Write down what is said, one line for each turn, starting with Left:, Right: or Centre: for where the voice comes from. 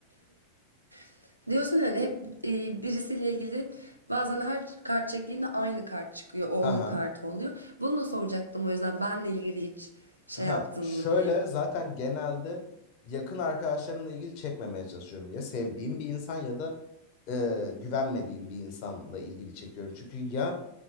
Right: <laughs> diyorsun yani hep e, birisiyle ilgili bazen her kart çektiğimde aynı kart çıkıyor. O
Left: Ha
Right: onun
Left: ha.
Right: kartı oluyor. Bunu da soracaktım o yüzden benle ilgili hiç şey
Left: Ha.
Right: yaptın
Left: Şöyle
Right: mı diye.
Left: zaten genelde yakın arkadaşlarımla ilgili çekmemeye çalışıyorum. Ya sevdiğim bir insan ya da e, güvenmediğim bir insanla ilgili çekiyorum. Çünkü ya